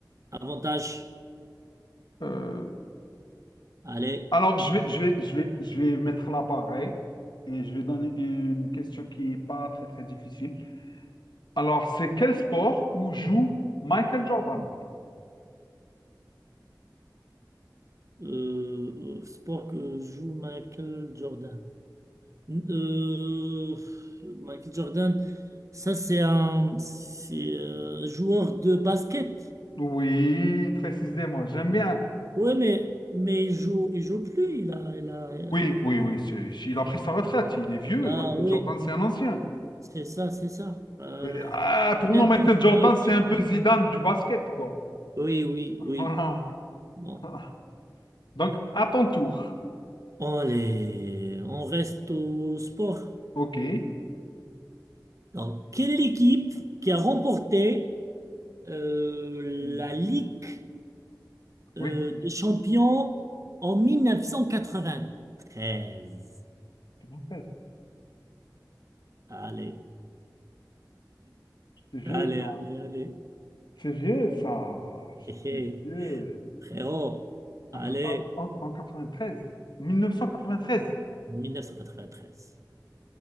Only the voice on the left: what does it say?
euh,
alors je vais, je vais, je vais, je vais mettre là pareil et je vais donner une question qui n'est pas très très difficile. Alors c'est quel sport où joue Michael Jordan?
Oui, précisément, j'aime bien.
Oui, oui, oui, c'est- il a pris sa retraite, il est vieux,
Michael
Jordan c'est un ancien.
Oui, Ah, pour moi,
Michael
Jordan,
c'est un peu Zidane du basket, quoi.
<laughs>
Voilà.
Voilà. Donc, à ton tour.
OK.
Hmm.
Oui.
C'est bon, c'est-
c'est vieux,
ça.
C'est vieux, ça.
C'est
vieux.
En,
en- en 93. 1993.